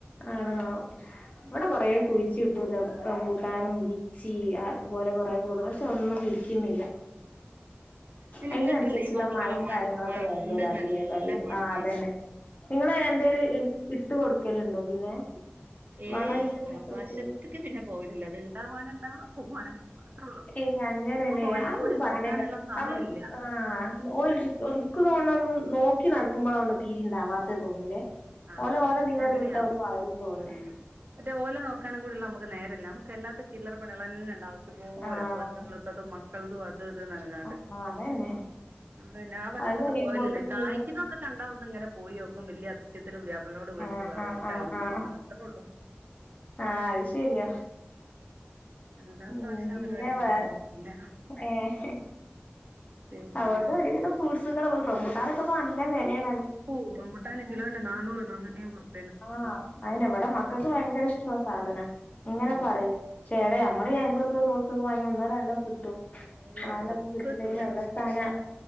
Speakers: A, on the left (about 35°); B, on the right (about 50°).
A: ആണോ ഇവടെ കൊറേ കുഴിച്ചിട്ടു റം റംബൂട്ടാനും ലി ച്ചീ അതുപോലെ കൊറേ ഫ്രൂട്ട് പക്ഷെ ഒന്നും പിടിക്കുന്നില്ല.
B: പിന്നെ
A: അയ്നനുസരിച്ചുള്ള
B: ഇങ്ങട്ടുള്ള ഈ ഭാഗത്ത്ക്കുള്ള
A: മഴേം
B: മ
A: കാര്യങ്ങളൊക്കെ
B: മണ്ണ്
A: വേണ്ടെവരാ അതിലേ
B: നല്ല
A: വെള്ള
B: മണ്ണാണ്
A: ആഹ് അതന്നെ. നിങ്ങള് എന്തേലും ഇൺ ഇട്ട് കൊടുക്കലുണ്ടോ പിന്നെ?
B: ഏയ്
A: വളായിട്ട് എന്താ
B: ആഹ്
A: ഇട്ട് കൊടുക്കല്?
B: വശത്ത്ക്ക് പിന്നെ പോകലില്ല. അത് ഇണ്ടാവാണേ ഇണ്ടാവ പോവാണേ പോവാ. അത്രേ ഉള്ളൂ
A: ഏയ് അങ്ങനെല്ലേ
B: ഇപ്പൊ ഓലേം
A: അത്
B: കൂടി
A: പറണേ
B: നോക്കാനുള്ള
A: കേക്കാം.
B: സമയല്ല
A: നമ്മള് ആഹ് ഓല് എനിക്കു തോന്നോണോന്ന് നോക്കി നടക്കുമ്പോളാണ് തീരെ ഇണ്ടാവാത്ത് തോന്ന്ല്ലേ.
B: ആഹ്
A: ഓലെ ഓല്ടെ
B: ചെലപ്പോ
A: ഇതീന്
B: അങ്ങനെയാവും
A: വിട്ട ഓര് വളരും തോന്നേ.
B: ഉം മറ്റേ ഓലെ നോക്കാനും കൂടിള്ള നമുക്ക് നേരല്ല. നമുക്ക് അല്ലാത്ത ചില്ലറ പണികളന്നെണ്ടാവും ഇഷ്‌ടം പോലെ
A: ആഹ്
B: <inaudible> തതും മക്കളതും അത് ഇത് നനകാണ്ട്.
A: ആഹ് അതന്നെ.
B: അതുകൊണ്ടന്നെ ആഹ് വശത്ത്ക്ക്
A: അത് കഴിയുമ്പോത്തിനും
B: പോവലില്ല. കായ്ക്കുന്നതൊക്കെ
A: പിന്നെ
B: കണ്ടാ ഒന്ന് ഇങ്ങനെ പോയി നോക്കും വല്യ അ തിശയത്തില് പുതിയപ്പളേനോട് വിളിച്ച്
A: ആഹ്
B: പറയും
A: ആഹ്
B: കായ്ച്ച്ക്കണ്.
A: ആഹ് ആഹ്
B: അത്രേള്ളൂ.
A: ആഹ് അത് ശെരിയാ.
B: അല്ലാത്ത
A: ഉം
B: ഭക്ഷണ
A: പിന്നെ
B: പരിപാടിക്കൊന്നും
A: വേ
B: പോക്കില്ല
A: ഏഹ്
B: പിന്നെ
A: അതുകൊണ്ട് ഒരുവിധം ഫ്രൂട്ട്സുകള് റംമ്പുട്ടാനൊക്കെ നല്ല വെലയാ.
B: ഓഹ് റംമ്പൂട്ടാന് കിലോന് നാനൂറ് നാനൂറ്റയ്മ്പത് റു
A: ആഹ് അയിന് ഇവടെ മക്കക്ക് ഭയങ്കര ഇഷ്ടമുള്ള സാധനാ. ഇങ്ങനെ
B: ഉം
A: പറയും ശ്ശേടേ അമ്മള് ഈ അമ്പതു നൂറുപ്പയ്ക്കൊക്കെ വാങ്ങിയാ ഒന്നോ രണ്ടോ കി ട്ടും
B: ഏയ്
A: നലെണ്ണൊക്കെ
B: എവ്ട്ക്കും
A: കിട്ടുന്നേന്
B: എത്തൂല
A: എവടെത്താനാ.